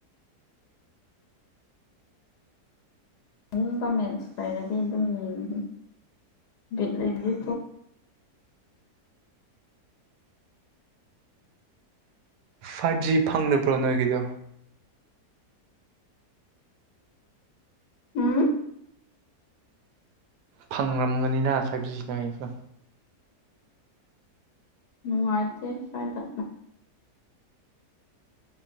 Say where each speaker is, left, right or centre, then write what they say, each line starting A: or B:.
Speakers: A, on the left; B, on the right.
A: ꯑꯅꯤꯡꯕ ꯃꯦꯠꯁ ꯂꯩꯔꯗꯤ ꯑꯗꯨꯝ ꯌꯦꯡꯉꯤꯕꯤꯠ ꯂꯩꯔꯗꯤ
B: ꯐꯥꯏꯚ ꯖꯤ ꯐꯪꯗꯕ꯭ꯔꯣ ꯅꯣꯏꯒꯤꯗꯣ
A: ꯎꯝ
B: ꯐꯪ꯭ꯔꯝꯒꯅꯤꯅ ꯐꯥꯏꯚꯖꯤꯅ ꯅꯣꯏꯁꯨ
A: ꯅꯨꯡꯉꯥꯏꯇꯦ ꯁꯥꯏꯗꯥ